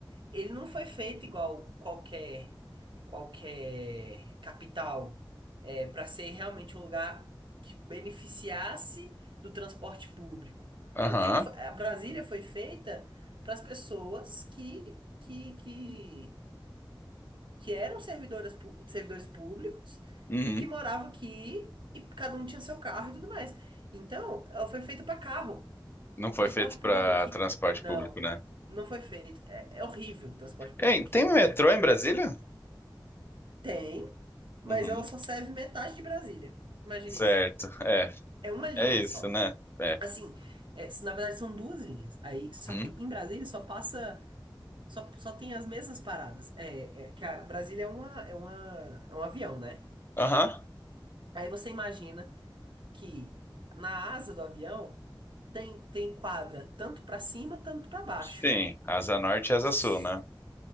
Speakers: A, on the right; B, on the left.
A: Ele não foi feito igual qualquer qualquer capital para ser realmente um lugar que beneficiasse do transporte público.
B: Aham.
A: Porque ele foi- a Brasília foi feita para as pessoas que, que, que, que eram servidoras, pu- servidores públicos
B: Uhum.
A: e que moravam aqui e cada um tinha seu carro e tudo mais. Então, ela foi feita para carro.
B: Não foi
A: Transporte
B: feito
A: público
B: para
A: aqui,
B: transporte
A: não.
B: público, né?
A: Não foi feito. É, é horrível o transporte público
B: Ei,
A: aqui,
B: tem
A: horrível.
B: metrô em Brasília?
A: Tem, mas
B: Uhum.
A: ela só serve metade de Brasília. Imagina
B: Certo.
A: isso.
B: É,
A: É uma linha
B: é isso,
A: só.
B: né? É.
A: Assim, é, se- na verdade são duas linhas. Aí, só
B: Uhum.
A: que em Brasília só passa, só, só tem as mesmas paradas. É, é que a Brasília é uma, é uma, é um avião, né?
B: Aham.
A: Aí você imagina que na asa do avião tem tem quadra tanto para cima, tanto para baixo,
B: Sim,
A: né?
B: asa norte e asa
A: S-
B: sul, né?